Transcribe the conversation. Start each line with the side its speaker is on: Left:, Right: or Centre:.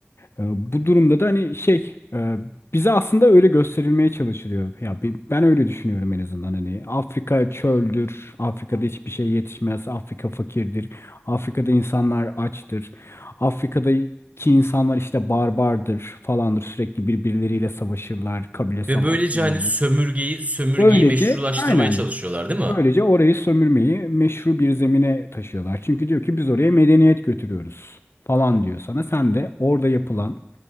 Left: E, Bu durumda da hani şey e, bize aslında öyle gösterilmeye çalışılıyor. Ya bi- ben öyle düşünüyorum en azından hani Afrika çöldür, Afrika'da hiçbir şey yetişmez, Afrika fakirdir, Afrika'da insanlar açtır, Afrika'daki insanlar işte barbardır falandır sürekli birbirleriyle savaşırlar, kabile savaşları
Right: ve böylece hani
Left: olur.
Right: sömürgeyi sömürgeyi
Left: Böylece
Right: meşrulaştırmaya
Left: aynen
Right: çalışıyorlar değil mi?
Left: böylece orayı sömürmeyi meşru bir zemine taşıyorlar. Çünkü diyor ki biz oraya medeniyet götürüyoruz falan diyor sana. Sen de orada yapılan